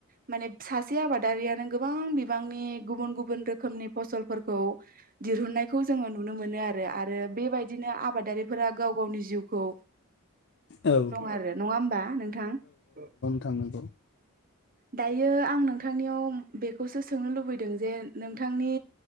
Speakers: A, on the right; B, on the left.
A: माने सासे आबादारियानो गोबां बिबांनि गुबुन गुबुन गुबुन रोखोमनि फसलफोरखौ दिहुननायखौ जोङो नुनो मोनो आरो आरो बेबायदिनो आबाद आरि फोरा गाव गावनि जिउखौ
B: औ
A: दं आरो नङा होमबा नोंथां औ।
B: थां नंगौ।
A: दायो आं नोंथांनियाव बेखौसो सोंनो लुबैदों जे नोंथांनि